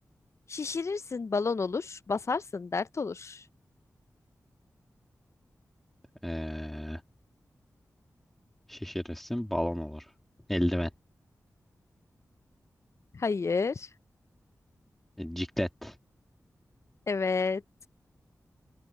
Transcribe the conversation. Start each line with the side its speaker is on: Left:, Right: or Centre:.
Left: Şişirirsin balon olur, basarsın dert olur.
Centre: E, şişirirsin balon olur. Eldiven.
Left: Hayır.
Centre: E, ciklet.
Left: Evet.